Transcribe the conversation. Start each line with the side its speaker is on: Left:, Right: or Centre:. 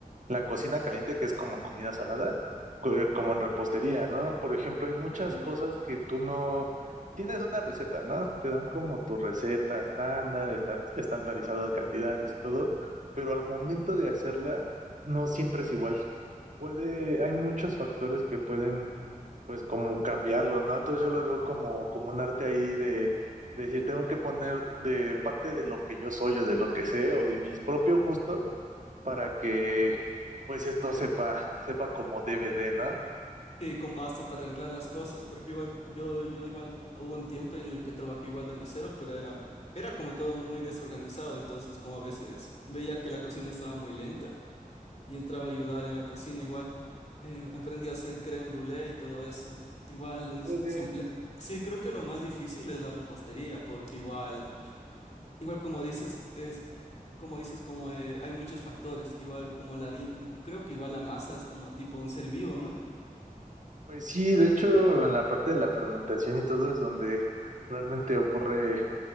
Right: la cocina caliente, que es como comida salada, co- eh, como en repostería, ¿no? Por ejemplo, hay muchas
Left: Sí.
Right: cosas que tú no tienes una receta, ¿no? Te dan como tu receta estándar, están estandarizadas cantidades y todo, pero al momento de hacerla, no siempre es igual. Puede, hay muchos factores que pueden, pues, como cambiarlo, ¿no? Entonces yo lo veo como, como un arte ahí es decir, tengo que poner de parte de lo que yo soy o de lo que sé o de mis propios gustos para que pues esto sepa, sepa como debe de, ¿no?
Left: Sí, com- hasta para arreglar las cosas, porque igual, yo, yo igual hubo un tiempo en el que trabajé igual de mesero, pero era, era como todo muy desorganizado, entonces como a veces veía que la cocina estaba muy lenta y entraba a ayudar en la cocina igual. Eh, aprendí a hacer crème brûlée y todo eso. Igual es,
Right: Órale.
Left: se- la- sí, creo que lo más difícil es la repostería, porque igual Igual como dices, es como dices, como eh, hay muchos factores, igual como la harina, eh, creo que igual la masa es como tipo un ser vivo, ¿no?
Right: Pues sí, de hecho, en la parte de la fermentación y todo es donde realmente ocurre,